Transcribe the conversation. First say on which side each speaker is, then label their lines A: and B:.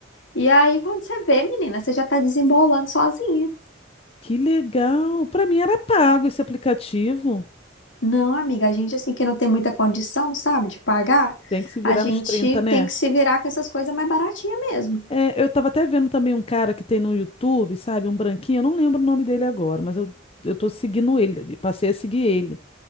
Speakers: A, on the left; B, on the left.
A: E aí, quando você vê, menina, você já tá desembolando sozinha.
B: Que legal! Pra mim era pago esse aplicativo.
A: Não, amiga, a gente, assim, que não tem muita condição, sabe, de pagar,
B: Tem que se virar
A: a gente
B: nos 30, né?
A: tem que se virar com essas coisas mais baratinhas mesmo.
B: É, eu tava até vendo também um cara que tem no YouTube, sabe? Um branquinho, eu não lembro o nome dele agora, mas eu, eu tô seguindo ele, passei a seguir ele.